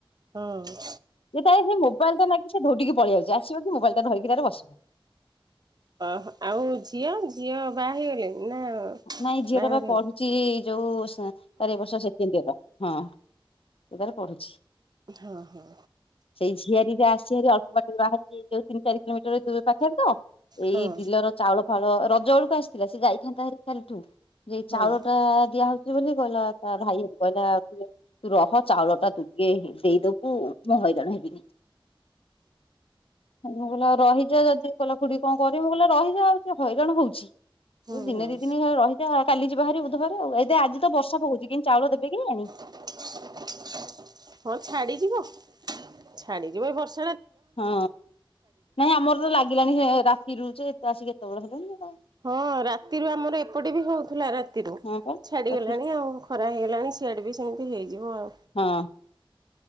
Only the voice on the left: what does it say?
ଯେ ତାର ସେ ମୋବାଇଲ ଟା ନାଚ ଉଠିକି ପଳେଇଆଉଚି ଆସିବ କି ମୋବାଇଲ ଟା ଧରିକି ତାର ବସିବ।
ନାଇଁ ଝିଅଟା ବା
ପଢୁଛି ଯୋଉ ସା ତାର ଏବର୍ଷ ସେକେଣ୍ଡ ୟେର। ହଁ ସେ ତାର ପଢୁଛି।
ସେଇ ଝିଆରିରେ ଆସିଚିହାରି ଅଳ୍ପ ବାଟରେ ବାହାରି ଯୋଉ ତିନି ଚାରି କିଲୋମିଟର ଦୂର ପାଖରେ ତ ଏଇ
ବିଲର ଚାଉଳ ଫାଉଉଳ ରଜ ବେଳକୁ ଆସିଥିଲା ସେ ଯାଇଥାନ୍ତା ହାରି କାଲିଠୁ ଯେ
ଚାଉଳ ଟା ଦିଆ ହଉଛି ବୋଲିି କହିଲା ତା ଭାଇ କଏଲା ତୁ ରହ ଚାଉଳ ଟା ତୁ ଟିକେ ଦେଇଦବୁ ମୁଁ ହଇରାଣ ହେବିନି। କୁମ୍ଭ ଭଲ ରହିଚ ସେ କହିଲା ଖୁଡୀ କଣ କହୁଚିମୁଁ କହିଲି ରହିଯା ସେ ହଇରଣ ହଉଛି।
ତୁ ଦିନ
ଦି ଦିନି ରହିଯାକାଲି ଯିବ ବାହାରି ବୁଧବାରେ ଆଉ ଏ ଆଜି ତ ବର୍ଷା ପକଉଛି କି ଚାଉଳ ଦେବେ କେଈଆଣି।
ହଁ ନାଇଁ ଆମର ତ ଲାଗିଲାନି ସେ ରାତି ରୁଚେ ଏତେ ଆସିକି ଏତୋବେଳେ ହେଲେଣି।
ହଁ
ପା
ହଁ।